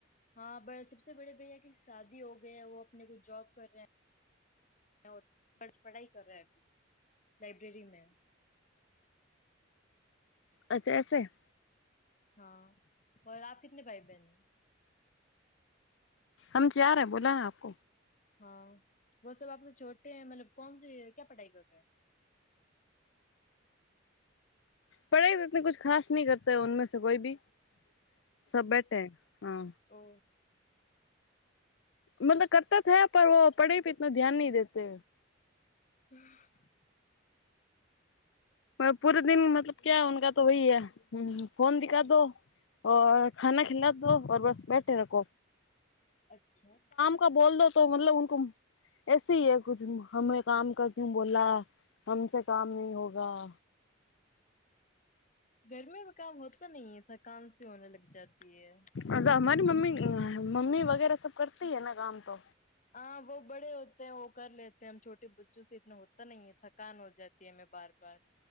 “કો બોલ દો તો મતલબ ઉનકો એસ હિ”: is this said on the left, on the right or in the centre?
Left